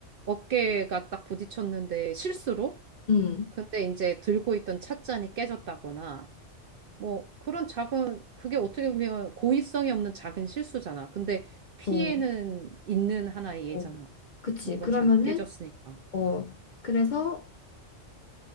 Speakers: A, on the right; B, on the left.
A: 어깨가 딱 부딪혔는데 실수로?
B: 음,
A: 근데 이제 들고 있던 찻잔이 깨졌다거나 뭐 그런 작은 그게 어떻게 보면 고의성이 없는 작은 실수잖아. 근데 피해는
B: 어,
A: 있는 하나의 예잖아.
B: 어, 그치.
A: 뭔가
B: 그러면은
A: 잔 깨졌으니까.
B: 어, 그래서